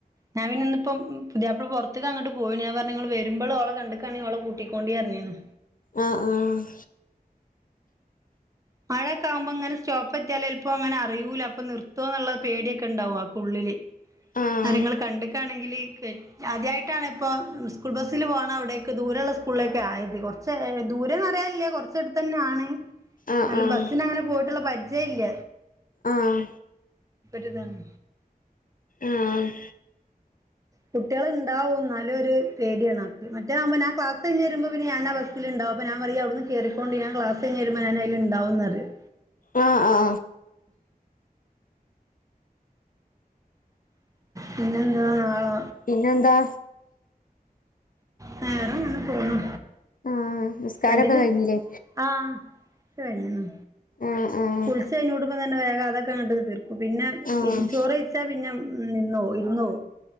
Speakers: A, on the right (about 20°); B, on the left (about 60°).
A: നാവിനന്നിപ്പോ പുതിയാപ്പള പൊറ <unintelligible> അങ്ങോട്ട് പോയിന് ഞാ പറഞ്ഞ ങള് വരുമ്പള് ഓളെ കണ്ട്ക്കാണെയ് ഓളെ കൂട്ടിക്കൊണ്ടീറഞീന്നു.
B: ആഹ് ആഹ്.
A: മഴൊക്കെ ആകുമ്പോ ഇങ്ങനെ സ്റ്റോപെത്തിയാല് ചെലപ്പോം അങ്ങനെ അറിയൂല അപ്പോ നിർത്തോ എന്നുള്ള പേടിയൊക്കെണ്ടാവും ആക്കുള്ളില്.
B: ആഹ്
A: ആരെങ്കിലും കണ്ട്ക്കാണെങ്കില് കെ ആദ്യായിട്ടാണിപ്പം സ്കൂൾ ബസ്സില് പോണവടേക്ക് ദൂരെയുള്ള സ്കൂളിലേക്കായത് കൊറ ച്ചെ ദൂരന്നറിയാല്ല്യ കൊറച്ചടുത്തന്നാണ്.
B: ആഹ്
A: ന്നാലും
B: ആഹ്
A: ബസ്സിനങ്ങനെ പോയിട്ടുള്ള പരിചയില്ല.
B: ആഹ്.
A: രിതാണ്.
B: ആഹ്
A: കുട്ടിയളുണ്ടാവും എന്നാലു ഒരു പേടിയാണാക്ക്, മറ്റതാകുമ്പോ ഞാൻ ക്ലാസ് കഴിഞ്ഞ് വരുമ്പോ പിന്നെ ഞാനാ ബസ്സ് ലിണ്ടാവും അപ്പോഞാൻ പറയും അവിട്ന്ന് കേറിക്കോൻണ്ടി ഞാൻ ക്ലാസ്സ് കഴിഞ്ഞ് വരുമ്പോ ഞാനയില് ണ്ടാവും ന്നറിം.
B: ആ ഹ് ആ ആ
A: പിന്നെ എന്താ നാളെ
B: പിന്നെന്താ?
A: വേറെങ്ങനെ പോണു.
B: ആഹ് നിസ്കാരൊക്കെ
A: വണ്ടിന്
B: കഴിഞ്ഞില്ലേ
A: ആഹ് ശരിന്നു
B: ആഹ് ആഹ്
A: കുൾ ഉച്ചക്കഴിഞ്ഞൂടുമ്പോ തന്നെ വേഗം അതൊക്കെങ്ങട്ട് തീർക്കും, പിന്നെ
B: ആഹ്
A: ഇ ചോറ് കഴിച്ചാ പിന്നെ മ് നിന്നോവും ഇരുന്നോവും.